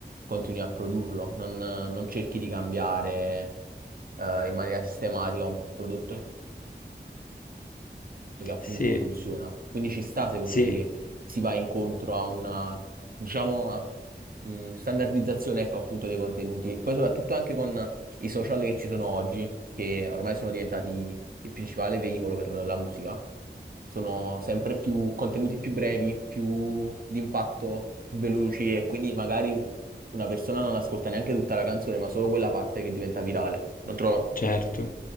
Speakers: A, on the right (about 55°); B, on the left (about 55°).
A: continui a produrlo, non, non cerchi di cambiare eh, in maniera sistematica un prodotto che appunto
B: Sì,
A: funziona. Quindi ci sta, secondo
B: sì.
A: me, che si va incontro a una, diciamo, a- mh, standardizzazione, ecco, appunto, dei contenuti. E poi soprattutto anche con i social che ci sono oggi, che ormai sono diventati il principale veicolo per la musica. Sono sempre più contenuti più brevi, più d'impatto, più veloci e quindi magari una persona non ascolta neanche tutta la canzone, ma solo quella parte che diventa virale. Non trovo...
B: Certo.